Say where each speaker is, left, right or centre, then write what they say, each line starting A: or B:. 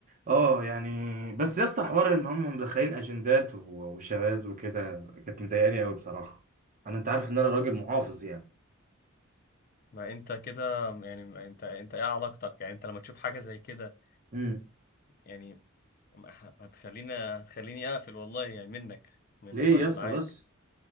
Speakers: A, on the right; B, on the left.
A: اه يعني بس يا اسطى حوار ان هم مدخلين اجندات و- وشواذ وكده كانت مضايقاني قوي بصراحة انا انت عارف ان انا راجل محافظ يعني
B: ما انت كده يعني ما انت انت ايه علاقتك يعني انت لما تشوف حاجة زي كده
A: مم.
B: يعني هتخلينا هتخليني اقفل والله يعني منك من
A: ليه
B: النقاش
A: يا اسطى
B: معاك
A: بس